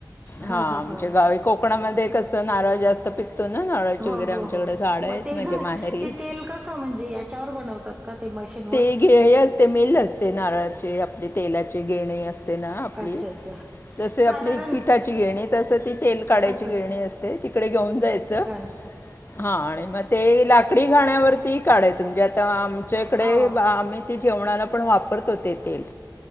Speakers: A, on the right; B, on the left.
A: हां,
B: हा
A: हां,
B: आमच्या
A: हां.
B: गावी कोकणामध्ये क च नारळ जास्त पिकतो ना नारळाची
A: हो
B: वगैरे आमच्याकडे
A: हो हो
B: झाडं आहेत
A: मग ते
B: म्हणजे
A: घ
B: माहेरी
A: ते तेल कस म्हणजे याच्यावर बनवतात का ते मशीनवर?
B: ते घे हे असते मील असते नारळाचे आपले तेलाचे घेणे असते ना आपली
A: अच्छा, अच्छा.
B: जसे
A: साधारण
B: आपली पिठाची घेणे तसं ती तेल काढायची
A: असं
B: घेणी असते ती इकडे घेऊन द्यायचं
A: काय
B: आणि मग ते लाकडी घाण्यावर ती काढायचं म्हणजे आता आम कडे
A: हो.
B: बा आम्ही ती जेवणाला पण वापरतो ते तेल